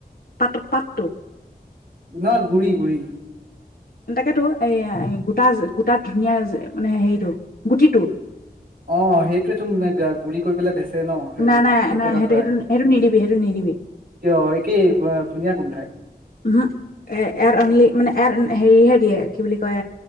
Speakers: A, on the left; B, on the right.
A: পাত পাতটো
B: ন গুৰি-গুৰি।
A: তাকেতো এই গোটা, গোটাত ধুনীয়া মানে হেৰিটো গুটিটো।
B: অ সেইটো গুৰি কৰি পেলাই বেছি ন হেৰিত
A: নাই নাই
B: পেকেটত
A: নাই সেইটো
B: ভৰাই
A: সেইটো সেইটো নিদিবি সেইটো নিদিবি
B: কিয় একেই ধুনীয়া গোন্ধাই।
A: উম, এ এয়াৰ অনলি মানে এয়াৰ হেৰিহে দিয়ে কি বুলি কয়?